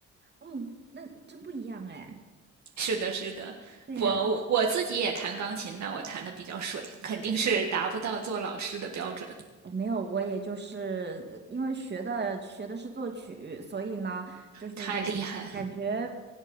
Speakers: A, on the right; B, on the right.
A: 哦，那真不一样哎。
B: 是的，是的，
A: 对呀。
B: 我我我自己也弹钢琴，但我弹的比较水，肯定是达不到做老师的标准，
A: 呃没有，我也就是呃因为学的学的是作曲，所以呢，就是
B: 太厉害了。
A: 感觉